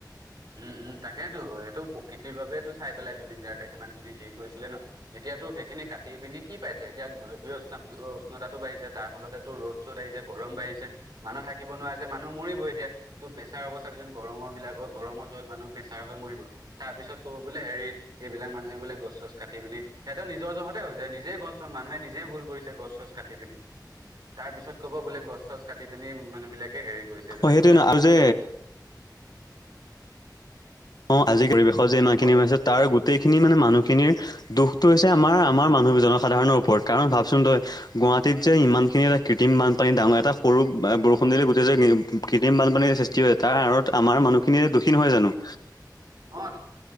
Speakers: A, on the right; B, on the left.
A: উম উম তাকেইতো এইটো কৃতিৰ বাবেটো চাই পেলাই জুবিন গাৰ্গে সিমান খিনি হেৰি কৰিছিলে ন এতিয়াতো সেইখিনি কাটি পিনি কি পাইছে এতিয়া গোলপীয় উষ্ণত উষ্ণতাতো বাঢ়িছে তাৰ ফলতেটো ৰ'দ চদ আহিছে গৰম বাঢ়িছে মানুহ থাকিব নোৱাৰা হৈছে। মানুহ মৰিব এতিয়া তো প্ৰেছাৰ অৱস্থাৰ গৰমৰ বিলাকক পেচাৰ হৈ মৰিব তাৰ পিছত কব বোলে হেৰি এইবিলাক মানুহে বোলে গছ চছ কাটি পিনি সিহঁতৰ নিজৰ জহতে হৈছে। নিজেই কচোন মানুহে নিজেই ভুল কৰিছে গছ চছ কাটি পিনি। তাৰ পিছত কব বোলে গছ-চছ কাটি পিনি মানুহ বিলাক হেৰি কৰিছে এইবিলাক
B: অ', সেইটোৱে
A: কিবা
B: ন
A: কৰিছে।
B: আৰু যে অ আজিৰ পৰিৱেশত যে
A: উম
B: ইমানখিনি
A: কচোন
B: হৈ আছে তাৰ গোটেইখিনি মানে মানুহখিনিৰ দুখ টো হৈছে আমাৰ আমাৰ মানুহ জনসাধাৰণৰ ওপৰত কাৰণ ভাবচোন তই গুৱাহাটীত যে ইমানখিনি এটা কৃত্ৰিমান পানী ডাঙৰ এটা সৰু বৰষুণ দিল গোটেই যে কৃত্ৰিম বানপানীৰ সৃষ্টি হয় তাৰ আঁৰত আমাৰ মানুহখিনিয়ে। কঠিন হয় জানো।
A: অ